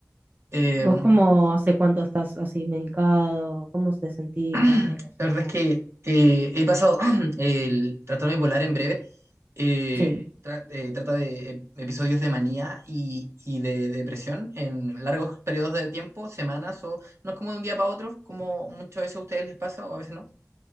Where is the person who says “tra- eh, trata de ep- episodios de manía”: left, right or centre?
Right